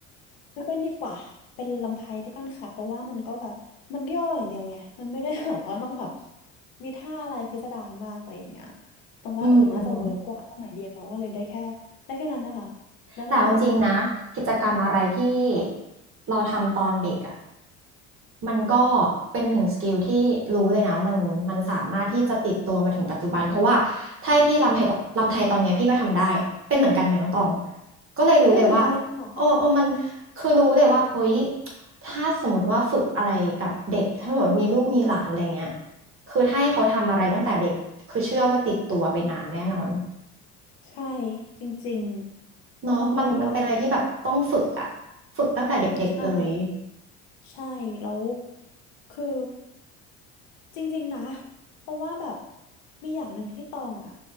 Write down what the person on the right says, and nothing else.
อืมแต่เอาจริงๆนะกิจกรรมอะไรที่เราทำตอนเด็กอะ มันก็เป็นหนึ่งสกิลที่รู้เลยนะว่ามันมันสามารถที่จะติดตัวมาถึงปัจจุบันเพราะว่าถ้าให้พี่รำไทยรำไทยตอนเนี้ยพี่ก็ทำได้เป็นเหมือนกันไหมนน้องตองก็เลยรู้เลยว่า
โอ้โอ้มันคือรู้เลยว่าเอ้ยถ้าสมมติว่าฝึกอะไรกับเด็กถ้าสมมติมีลูกมีหลานอะไรเงี้ยคือถ้าให้เขาทำอะไรตั้งแต่เด็กคือเชื่อว่าติดตัวไปนานแน่นอน
เนาะมันมันเป็นอะไรที่แบบต้องฝึกอะฝึกตั้งแต่เด็กๆเลย